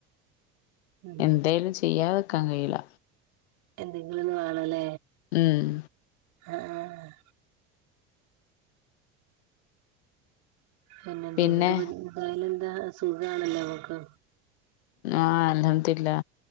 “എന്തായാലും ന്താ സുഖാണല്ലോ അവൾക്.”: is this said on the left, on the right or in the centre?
Right